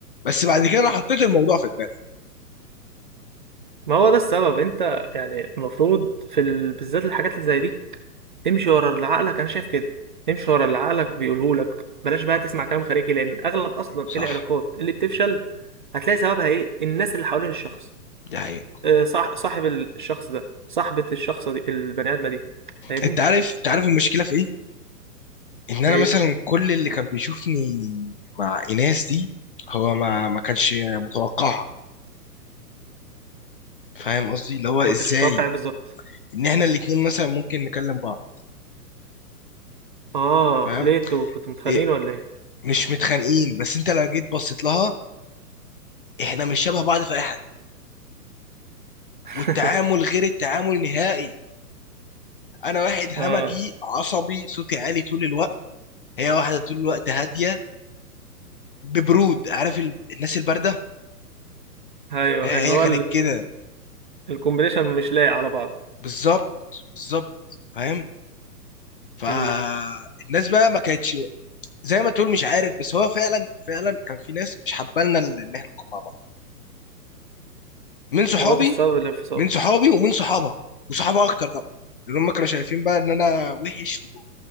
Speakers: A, on the left; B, on the right.
A: بس بعد كده انا حطيت الموضوع في دماغي
B: ما هو ده السبب انت يعني المفروض في ال... بالذات الحاجات اللي زي دي امشي ورا اللي عقلك انا شايف كده امشي ورا اللي عقلك بيقوله لك بلاش بقى تسمع كلام خارجي لان اغلب اصلا
A: صح
B: العلاقات اللي بتفشل هتلاقي سببها ايه الناس اللي حوالين الشخص
A: دي حقيقة
B: آه، صح صاحب الشخص ده صاحبة الشخص دي البني ادمة دي فاهمني
A: انت عارف انت عارف المشكله في ايه ان انا
B: ايه
A: مثلا كل اللي كان بيشوفني مع ايناس دي هو ما ما كانش متوقعها فاهم قصدي اللي هو ازاي
B: ما كانش متوقع ايه بالظبط
A: ان احنا الاتنين مثلا ممكن نكلم بعض
B: اه
A: فاهم
B: ليتو كنتوا متخانقين
A: إيه
B: ولا ايه
A: مش متخانقين بس انت لو جيت بصيت لها احنا مش شبه بعض في اي حاجه
B: <laughs>
A: والتعامل غير التعامل نهائي انا واحد همجي
B: اه
A: عصبي صوتي عالي طول الوقت هي واحده طول الوقت هاديه ببرود عارف ال... الناس البارده
B: ايوه
A: هي هي
B: اللي هو
A: كانت كده
B: الكومبينيشن مش لايق على بعض
A: بالظبط بالظبط فاهم فالناس
B: امم
A: بقى ما كانتش زي ما تقول مش عارف بس هو فعلا فعلا كان في ناس مش حبالنا ال- ان احنا نكون مع بعض من صحابي
B: هو ده السبب الانفصال
A: من صحابي ومن صحابها وصحابها اكتر طبعا لان هم كانوا شايفين بقى ان انا وحش و...